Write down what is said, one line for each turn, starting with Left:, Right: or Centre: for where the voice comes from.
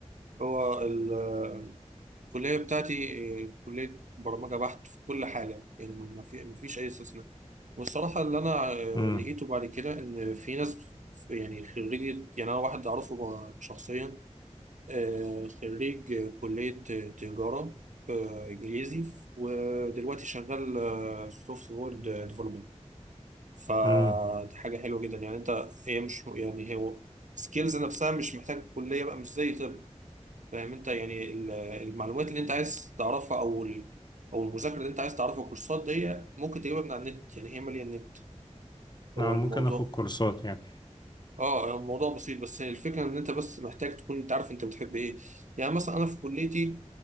Right: هو ال- الكلية بتاعتي آه، كلية برمجة بحت في كل حاجة يعني ما في- ما فيش أي استثناء والصراحة اللي أنا آه،
Left: امم
Right: لقيته بعد كده إن في ناس يعني خريج يعني أنا واحد أعرفه بقى شخصيا آه، خريج كلية تجارة آه، إنجليزي ودلوقتي شغال سوفت وير ديفلوبمنت فدي
Left: امم
Right: حاجة حلوة جدا يعني أنت هي مش يعني هو سكيلز نفسها مش محتاج كلية بقى مش زي طب فاهم أنت يعني ال- المعلومات اللي أنت عايز تعرفها أو ال- أو المذاكرة اللي أنت عايز تعرفها الكورسات دي ممكن تجيبها من على النت يعني هي مالية النت هو
Left: أنا
Right: الموضوع
Left: ممكن آخد كورسات يعني
Right: اه يعني الموضوع بسيط بس هي الفكره ان انت بس محتاج تكون انت عارف انت بتحب ايه يعني مثلا انا في كليتي